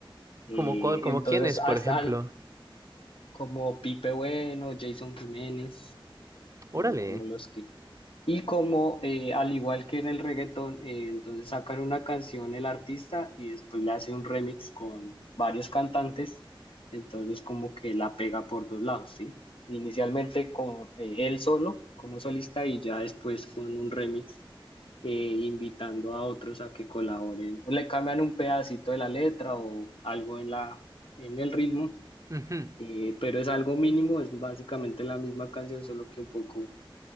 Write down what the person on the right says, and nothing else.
Como, cuál- como
quién es, por
ejemplo.
Órale.
Ujú.